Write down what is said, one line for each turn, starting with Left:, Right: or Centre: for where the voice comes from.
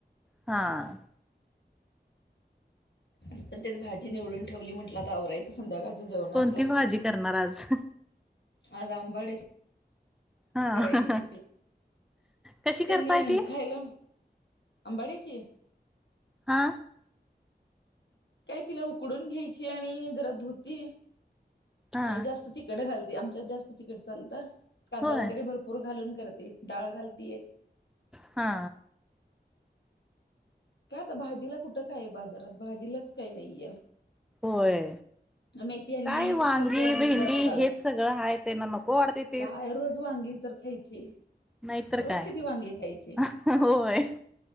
Centre: हां.
Left: मी पण तेच भाजी निवडून ठेवली म्हटलं आता आवरायच. संध्याकाळच्या जेवणाच
Centre: कोणती भाजी करणार आज
Left: आज आंबाड्याच्या
Centre: हा
Left: करायची
Centre: कशी करताय
Left: त्यांनी
Centre: ती
Left: खायल. आंबाड्याची
Centre: हा.
Left: काय तिला उकडून घ्यायची आणि जरा धुती
Centre: हा
Left: आणि जास्त ती तिकड घालते आमच्यात जास्त तिखट चालत कांदा
Centre: होय
Left: वगैरे भरपूर घालून करते डाळ घालती.
Centre: हा.
Left: काय आता भाजीला कुठं काय बाजारात भाजीलाच काय नाहीये.
Centre: होय
Left: मेथी आणली,
Centre: काय वांगी
Left: शेपू आणली
Centre: भेंडी
Left: दातात अडत
Centre: हेच सगळं हाय त्यान नको वाटतय.
Left: काय रोज वांगी तर खायची.
Centre: नाहीतर
Left: रोज
Centre: काय
Left: किती वांगे खायचे
Centre: अहं ह होय.